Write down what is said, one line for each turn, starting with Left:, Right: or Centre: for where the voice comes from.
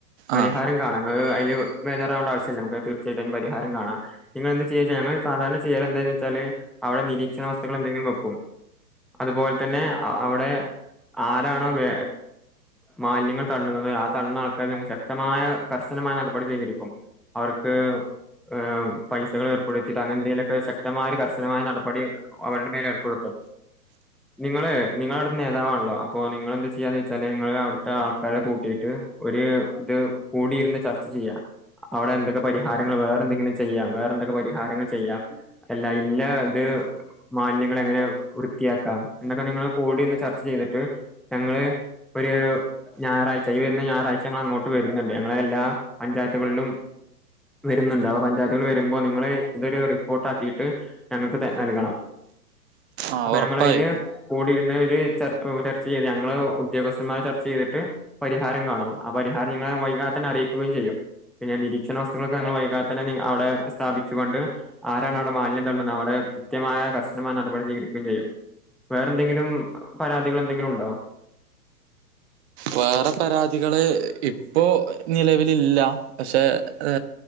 Centre: പരിഹാരം
Right: ആ
Centre: കാണാം ഇങ്ങള് അയ്ല് വേജാറാവേണ്ട ആവശ്യ ശ്യല്ല. നമക്ക് തീർച്ചയായിട്ടും അയ്ന് പരിഹാരം കാണാം നിങ്ങളെന്ത് ചെയ്യച്ച ഞങ്ങള് സാധാരണ ചെയ്യലെന്തയ്‌നെച്ചാല് അവടെ നിരീക്ഷണ വസ്തുക്കളെന്തെങ്കിലും വെക്കും അതുപോലെ തന്നെ അ അവടെ ആ താണോ വേ മാലിന്യങ്ങൾ തള്ളുന്നത് ആ തള്ളുന്ന ൾക്കാരെക്കെമ്മള് ശക്തമായ കർശനമായ നടപടി സ്വീകരിക്കും അവർക്ക് ഏഹ് പൈസകൾ ഏർപ്പെടുത്തിട്ടൊ അങ്ങനെന്തെങ്കിലൊക്കെ ശ ക്തമായൊരു കർശനമായ നടപടി അവരുടെ മേൽ ഏർപ്പെടുത്തും നിങ്ങള് നിങ്ങളവ്ട്ത്തെ നേതാവാണല്ലോ അ അപ്പൊ നിങ്ങളെന്ത് ചെയ്യാന്നെച്ചാല് നിങ്ങളവ് ട്ത്തെ ആൾക്കാരെ കൂട്ടിട്ട് ഒര് ഇത് കൂടിയിര്ന്ന് ചർച്ച ചെയ്യാ അവടെ എന്തൊക്കെ പരിഹാരങ്ങള് വേറെ ന്തെങ്കിലും ചെയ്യാം വേറെ ന്തൊക്കെ പരിഹാരങ്ങൾ ചെയ്യാം അല്ല ഇല്ല ത് മാലിന്യങ്ങളെ ങ്ങനെ വൃത്തിയാക്കാം എന്നൊക്കെ നിങ്ങള് കൂടിയിര്ന്ന് ചർച്ച ചെയ്തിട്ട് ഞങ്ങള് ഒരു ഞായറാഴ്ച ഈ വരുന്ന ഞായറാഴ്ച ഞങ്ങൾ അങ്ങോട്ട് വരുന്നുണ്ട് ഞങ്ങളെ എല്ലാ പഞ്ചായത്തുകളിലും വരുന്നുണ്ട് അപ്പ പഞ്ചായത്തുകൾ വരുമ്പോ നിങ്ങള്ൾ ഇതൊരു റിപ്പോർട്ട് ആക്കിട്ട് ഞങ്ങൾക്ക് നൽകണം
Right: ആ
Centre: അപ്പൊ
Right: ഉറപ്പായും
Centre: ഞങ്ങൾ അയിന് കൂടി <unintelligible> ഒരു <unintelligible> ച്ച ചെയ്ത് ഞങ്ങൾ ഉദ്യോഗസ്ഥന്മാരെ ചർച്ച ചെയ്തിട്ട് പരിഹാരം കാണുക ആ പരിഹാരം നിങ്ങളെ വൈകാത തന്നെ അറിയിക്കുകയും ചെയ്യും പിന്നെ നിരീക്ഷണ വസ്തുക്കൾക്കെങ്ങൾ വൈകാതെന്നെ അവിടെ സ്ഥാപിച്ചുക കൊണ്ട് ആരാണ് അവിടെ മാലിന്യം തുന്നത് അവിടെ കൃത്യമായ കർശനമായ നടപടി സ്വീകരിക്കുകയും ചെയ്യും വേറെ എന്തെങ്കിലും പരാതികൾ എന്തെങ്കിലും ആ
Right: വേറെ പരാതികള് ഇപ്പോ നിലവിലില്ല പക്ഷെ ഏ